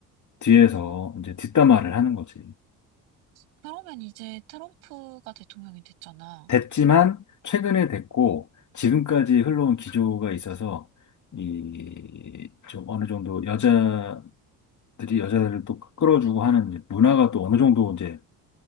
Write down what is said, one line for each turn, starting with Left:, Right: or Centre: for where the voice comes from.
Left: 뒤에서
Right: 음,
Left: 이제 뒷담화를 하는 거지.
Right: 그러면 이제 트럼프가 대통령이 됐잖아.
Left: 됐지만 최근에 됐고 지금까지 흘러온 기조가 있어서 이 좀 어느 정도 여자들이 여자들을 또 끌어주고 하는 문화가 또 어느 정도 이제